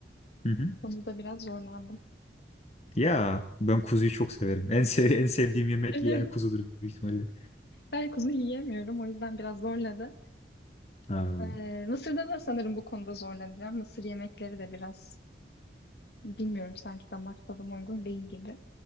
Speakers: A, on the left; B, on the left.
A: Hı hı.
B: Konuda biraz zorlandım.
A: Ya ben kuzuyu çok severim. En sev en sevdiğim yemek
B: <laughs>
A: yani kuzudur büyük ihtimalle.
B: Ben kuzu yiyemiyorum, o yüzden biraz zorladı.
A: Aa,
B: Eee, Mısır'da da sanırım bu konuda zorlanacağım. Mısır yemekleri de biraz bilmiyorum sanki damak tadıma uygun değil gibi.